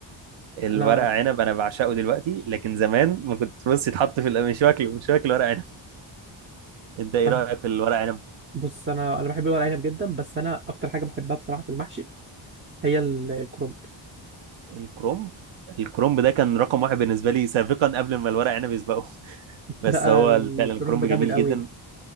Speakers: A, on the right; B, on the right.
A: الورق
B: انا
A: عنب انا بعشقه دلوقتي لكن زمان ما كنت بص يتحط في الأ- مش واكله مش واكل ورق عنب <laughs> انت ايه
B: أنا-
A: رايك في الورق عنب
B: بص انا انا بحب الورق عنب جدا بس انا اكتر حاجه بحبها بصراحه في المحشي هي ال- الكرنب
A: الكرومب الكرومب ده كان رقم واحد بالنسبه لي سابقا قبل ما الورق عنب يسبقه <laughs>
B: <laughs>
A: بس
B: لا
A: هو
B: الكرنب
A: فعلا الكرومب
B: جامد
A: جميل
B: قوي
A: جدا